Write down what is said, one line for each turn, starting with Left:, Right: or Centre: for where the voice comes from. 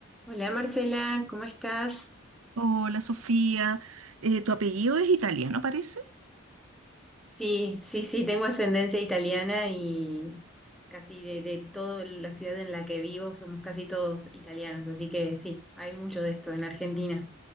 Centre: Hola Marcela, ¿cómo estás?
Right: Hola Sofía, Eh, tu apellido es italiano, parece.
Centre: Sí, sí, sí, tengo ascendencia italiana y casi de, de toda la ciudad en la que vivo somos casi todos italianos, así que sí, hay mucho de esto en Argentina.